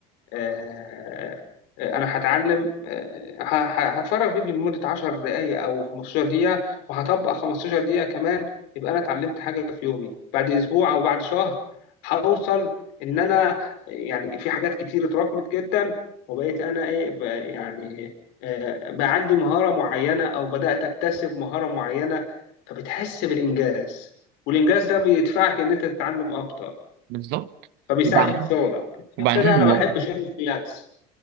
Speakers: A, on the left (about 80°); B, on the right (about 75°).
A: آه، آه، انا هتعلم آه، ه- ه- هتفرج فيديو لمدة 10 دقايق او 15 دقيقة وهطبق 15 دقيقة كمان يبقى انا اتعلمت حاجة في يومي بعد اسبوع او بعد شهر هوصل ان انا يعني في حاجات كتير اتراكمت جدا وبقيت انا ايه ب- يعني آه، بقى عندي مهارة معينة او بدأت اكتسب مهارة معينة فبتحس بالانجاز والانجاز ده بيدفعك ان انت تتعلم اكتر
B: بالظبط
A: فبيساعدك
B: وبعدين
A: في شغلك <laughs>
B: وبعدين
A: عشان كده
B: الموضوع
A: انا بحب شغل الفريلانس